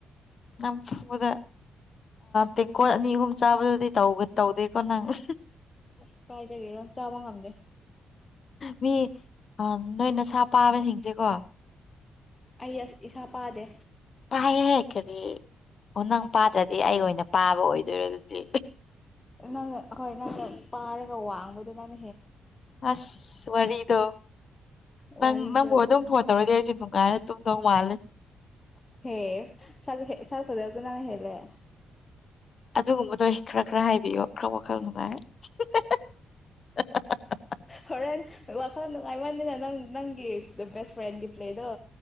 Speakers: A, on the left (about 50°); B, on the left (about 25°).
A: ꯅꯝꯐꯨꯗ ꯇꯦꯡꯀꯣꯠ ꯑꯅꯤ ꯑꯍꯨꯝ ꯆꯥꯕꯗꯗꯤ ꯇꯧꯒꯗ ꯇꯧꯗ ꯀꯣ ꯅꯉ
B: ꯑꯁ ꯀꯥꯏꯗꯒꯤꯔꯣ ꯆꯥꯕ ꯉꯝꯗꯦ
A: ꯃꯤ ꯅꯣꯏ ꯅ ꯁꯥ ꯄꯥꯕꯁꯤꯡꯁꯦꯀꯣ
B: ꯑꯩ ꯑꯁ ꯏꯁꯥ ꯄꯥꯗꯦ
A: ꯑꯩ ꯀꯔꯤ ꯅꯪ ꯄꯥꯗ꯭ꯔꯗꯤ ꯑꯩ ꯑꯣꯏꯅ ꯄꯥꯕ ꯑꯣꯏꯗꯣꯏꯔꯣ ꯑꯗꯨꯗꯤ
B: ꯅꯪꯅ ꯑꯩꯣꯏ ꯅꯪꯅ ꯄꯥꯔꯒ ꯋꯥꯡꯕꯗꯣ ꯅꯪ
A: ꯑꯁ ꯋꯥꯔꯤꯗꯣ ꯅꯪ
B: ꯋꯥꯔꯤꯗꯣ
A: ꯅꯪꯕꯨ
B: ꯑꯗꯨꯅꯦ
A: ꯑꯗꯨꯝ ꯐꯣꯟ ꯇꯧꯔꯗꯤ ꯑꯩꯁꯦ ꯅꯨꯡꯉꯥꯏꯔ ꯇꯨꯗꯧ ꯃꯥꯂꯦ
B: ꯍꯦ ꯁ ꯍ ꯁꯔꯐꯖꯎꯖꯅꯅ ꯍꯦꯂ
A: ꯑꯗꯨꯒꯨꯝꯕꯗꯣ ꯑꯩ ꯈꯔ ꯈꯔ ꯍꯥꯏꯕꯤꯌꯣ ꯭ꯔ ꯈꯉꯥꯏ <unintelligible> <inaudible>
B: ꯍꯣꯔꯦꯟ ꯋꯥꯈꯜ ꯅꯨꯡꯉꯥꯏꯃꯟꯗꯦꯅ ꯅꯪ ꯅꯪꯒꯤ ꯕꯦꯁ ꯐ꯭ꯔꯦꯟꯒꯤ ꯄ꯭ꯂꯦꯗꯣ